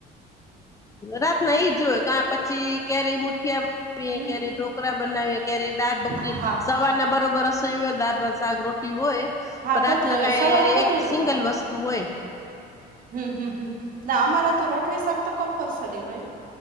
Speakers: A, on the left (about 20°); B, on the right (about 55°).
A: રાત ના એઈજ જોય ક પછી ક્યારેય મુઠી.
B: હમ
A: ક્યારે ઢોકરા બનાવીએ ક્યારે દાઢ બકરી
B: હા
A: સવાર ના બરોબર. દારમાં શક રોટી હોય
B: હા
A: પણ રાતના
B: બધું હોય
A: કાઈ
B: સવારે બધું
A: એક સિંગલ
B: હોય
A: વસ્તુ હોય.
B: હમ, હમ, હમ ના અમારે તો રોટલી શાક તો કમ્પલસરી હોય.